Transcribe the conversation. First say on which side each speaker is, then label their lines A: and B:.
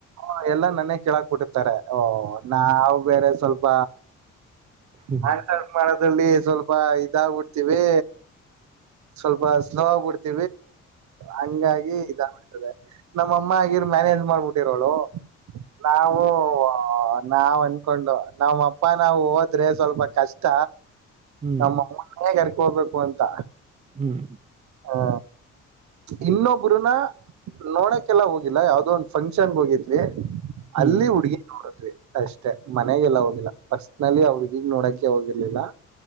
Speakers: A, on the right; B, on the right.
A: ಹ ಎಲ್ಲ ನನ್ನೇ ಕೇಳಕ್ ಬಿಟ್ಟಿರ್ತಾರೆ ಓ ನಾವವು ಬೇರೆ ಸ್ವಲ್ಪ
B: ಹ್ಮ್
A: ಆನ್ಸ ಮಾಡೋದಲ್ಲಿ ಸ್ವಲ್ಪ ಇದಾಗ್ಬಿಡ್ತೀವಿ ಸ್ವಲ್ಪ ಸ್ಲೋ ಆಗ್ಬಿಡ್ತ ಹಂಗಾಗಿ ಇದ ಅದೇ ನಮ್ಮ ಅಮ್ಮ ಆಗಿರ್ ಮ್ಯಾನೇಜ್ ಮಾಡ್ಬಿಟ್ಟಿರೋಳು ನಾವು ನಾವ್ ಅನ್ಕೊಂಡು ನಮ್ಮ್ ಅಪ್ಪ ನಾವು ಹೋದ್ರೆ ಸ್ವಲ್ಪ ಕಷ್ಟ
B: ಹ್ಮ್
A: ನಮ್ಮ ಅಮ್ಮೇ ಕರ್ಕೋಬೇಕು ಅಂತ
B: ಹ್ಮ್
A: ಹಾ ಇನ್ನೊಬ್ರನ ನೋಡಕ್ಕೆೆಲ್ಲ ಹೋಗಿಲ್ಲ ಯಾವ್ದೋ ಒಂದ್ ಫಂಕ್ಷನ್ ಹೋಗಿದ್ವಿ
B: ಹ್ಮ್
A: ಅಲ್ಲಿ ಹುಡ್ಗಿಗ್ ನೋಡಿದ್ವಿ ಅಷ್ಟೆ ಮನೆಗೆಲ್ಲ ಹೋಗಲ್ಲ ಪರ್ಸನಲಿ ಆ ಹುಡ್ಗಿಗ್ ನೋಡಕ ಹೋಗಿರ್ಲಿಲ್ಲ